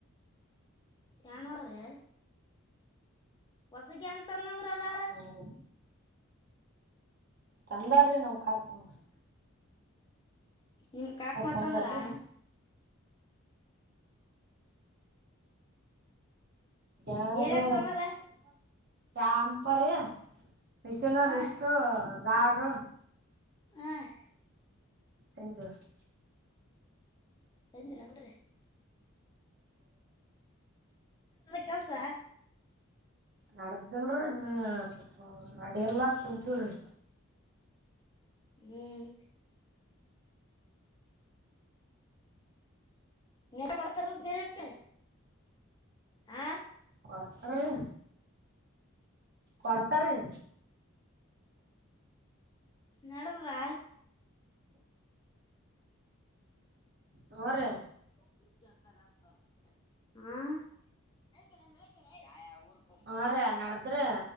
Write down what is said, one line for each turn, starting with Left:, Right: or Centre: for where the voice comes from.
Left: ಎಾಣವಳರೆ ಹೊಸಗ ಹಂಗ ತನ್ಂದ್ರ ಅದಾರ
Right: ಹಾ ರೀ ತಂದಾರ್ರಿ ನಮ್ ಕಾಕ್ನು
Left: ನಿಮ ಕಾಕ್ ಮಾಡ್ತಂದ್ರ
Right: ತಂದಾರ್ರಿ
Left: <inaudible>
Right: ಯಂಗೋ
Left: ಏನ್ ಅಂತಂದ್ರ
Right: ಚಂಪರಿ ಮಷನ್
Left: ಹ
Right: ಲಿಫ್ಟ ಗಾಡ್ರು
Left: ಆಠ್
Right: ತಂದಿವ್ರಿ
Left: ಬಂದಹ್ನರಿ ನಡಲ್ಲ ಕೆಲಸ
Right: ನಡ್ದಲ್ರರಿ ಇನ್ನು ಸ್ವಪ ನಡ ಎಲ್ಲಾ ಕುಂತೀವ್ರಿ
Left: ಹ್ಮ್ ನೆ ಮಾಡ್ತಾರದು ಬೇರೆಪೆ ಆ
Right: ಕೊಡ್ತಾರೀ ಕಡ್ಕಾರ ರ
Left: ನಡದಾ
Right: ಅವರ
Left: ಹ
Right: ಹಾ ರೀ ನಡದ್ರಿ